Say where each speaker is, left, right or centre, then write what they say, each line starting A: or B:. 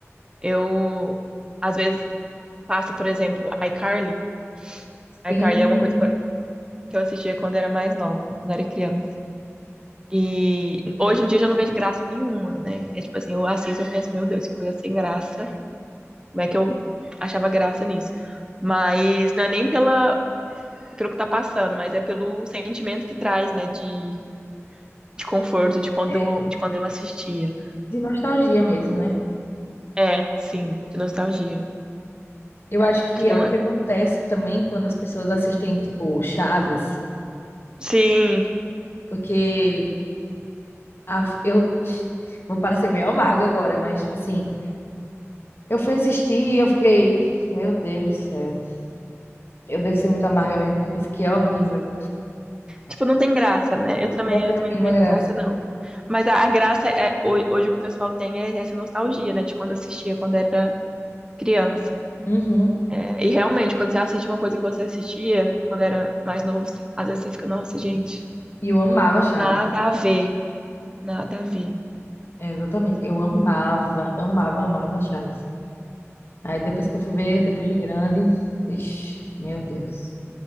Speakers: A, on the right; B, on the left.
A: eu às vezes passo, por exemplo, iCarly. iCarly
B: bem,
A: é uma coisa que eu assistia quando era mais nova, quando era criança. E hoje em dia eu já não vejo graça nenhuma, né? É tipo assim, eu assisto, eu penso, meu Deus, que coisa sem graça. Como é que eu achava graça nisso? Mas não é nem pela, pelo que tá passando, mas é pelo sentimento que traz, né? De de conforto de quando
B: é,
A: eu, de quando eu assistia.
B: de nostalgia mesmo, né?
A: É, sim, de nostalgia.
B: Eu acho que
A: Tinha
B: é
A: uma.
B: o que acontece também quando as pessoas assistem, tipo, Chaves,
A: Sim,
B: porque a- eu vou parecer meio amarga agora, mas, tipo assim, eu fui assistir e eu fiquei, meu Deus do céu, eu devo ser muito amarga mesmo, porque isso aqui é horrível,
A: tipo, não tem graça, né? Eu também,
B: não tem
A: eu
B: a
A: também
B: mínima
A: não vejo
B: graça.
A: graça, não. Mas a, a graça é ho- hoje o que o pessoal tem é essa nostalgia, né? De quando assistia, quando era criança.
B: Uhum,
A: É, e realmente, quando você assiste uma coisa que você assistia quando era mais novo, às vezes você fica, nossa, gente,
B: E eu amava Chaves,
A: nada a ver, nada a ver.
B: É, exatamente, eu amava, amava, amava Chaves. Aí depois que eu fui ver, depois de grande, vixi, meu Deus.